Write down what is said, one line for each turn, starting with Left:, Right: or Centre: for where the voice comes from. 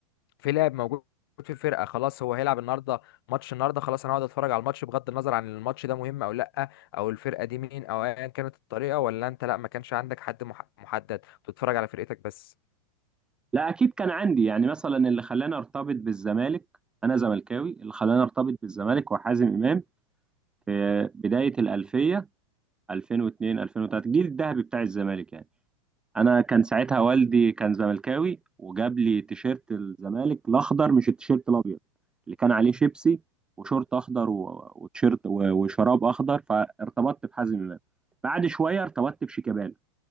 Left: في لاعب موجود في الفرقه خلاص هو هيلعب النهارده ماتش النهارده خلاص انا هقعد اتفرج على الماتش بغض النظر عن الماتش ده مهم او لا او الفرقه دي مين او ايا كانت الطريقه ولا انت لا ما كانش عندك حد مح- محدد بتتفرج على فرقتك بس
Centre: لا اكيد كان عندي يعني مثلا اللي خلاني ارتبط بالزمالك انا زملكاوي اللي خلاني ارتبط بالزمالك وحازم امام في بدايه الالفيه 2002 2003 الجيل الذهبي بتاع الزمالك يعني انا كان ساعتها والدي كان زملكاوي وجاب لي تيشيرت الزمالك الاخضر مش التيشيرت الابيض اللي كان عليه شيبسي وشورت اخضر و- وتيشيرت و- وشراب اخضر فارتبطت بحازم امام بعد شويه ارتبطت بشيكابالا